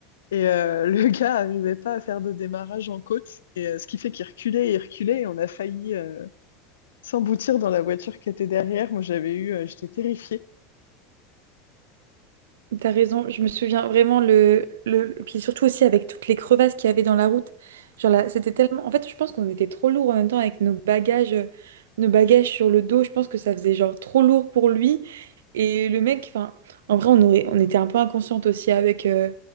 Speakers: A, on the left (about 80°); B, on the right (about 80°).
A: Et euh, le <laughs> gars arrivait pas à faire de démarrage en côte, et euh, ce qui fait qu'il reculait et il reculait, et on a failli euh, s'emboutir dans la voiture qui était derrière. Moi, j'avais eu, euh, j'étais terrifiée.
B: T'as raison, je me souviens vraiment le, le... Puis surtout aussi avec toutes les crevasses qu'il y avait dans la route. Genre là, c'était tellement... En fait, je pense qu'on était trop lourd en même temps avec nos bagages, euh, nos bagages sur le dos. Je pense que ça faisait genre trop lourd pour lui. Et le mec, enfin, en vrai, on aurait... on était un peu inconsciente aussi avec... euh,